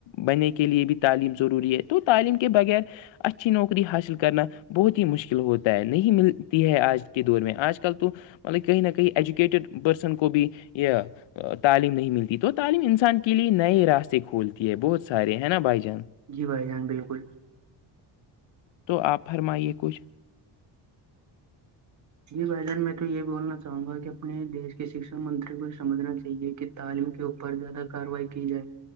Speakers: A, on the left (about 75°); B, on the right (about 40°).
A: بننے کے لئے بھی تعلیم ضروری ہے تو تعلیم کے بغیر اچھی نوکری حاصل کرنا بہت ہی مشکل ہوتا ہے نہیں ملتی ہے آج کے دور میں آج کل تو مطلب کہیں نہ کہیں ایجو پرسن کو بھی یہ تعلیم نہیں ملتی تو تعلیم انسان کے لیے نئے راستے کھولتی ہے بہت سارے ہیں نا بھائی جان
B: جی بھائی جان بالکل
A: تو آپ فرمائیے کچھ
B: جی بھائی جان میں تو یہ بولنا چاہوں گا کہ اپنے دیش کے شکھا منتری کو سمجھنا چاہیے کہ تعلیم کے اوپر زیادہ کاروائی کی جائے